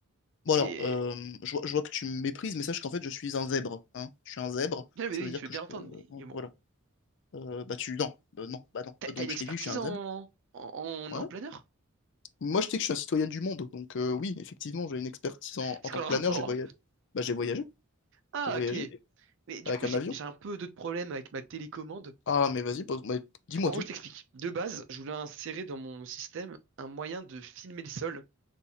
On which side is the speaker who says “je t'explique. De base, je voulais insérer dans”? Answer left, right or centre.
Right